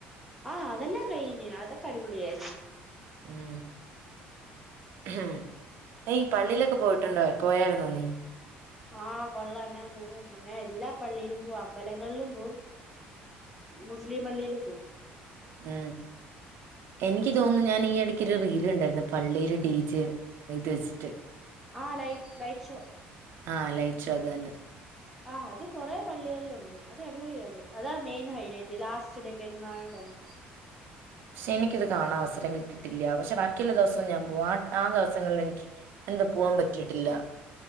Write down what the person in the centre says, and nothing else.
ആ അതെല്ലാം കഴിഞ്ഞ്. അതൊക്കെ അടിപൊളിയായിരുന്നു.
ആ കൊള്ളാം ഞാൻ പോകുവോന്നോ? എല്ലാ പള്ളിയിലും പോകും അമ്പലങ്ങളിലും പോവും മുസ്ലിം പള്ളിയിലും പോവും.
ആ ലൈ ലൈറ്റ് ഷോ
ആ അത് കുറെേ പള്ളികളിലൊണ്ട് അത് അടിപൊളിയാത് അതാ മെയിൻ ഹൈലൈറ്റ് ലാസ്റ്റ് ഡേ പെരുന്നാളിൻ്റെന്ന്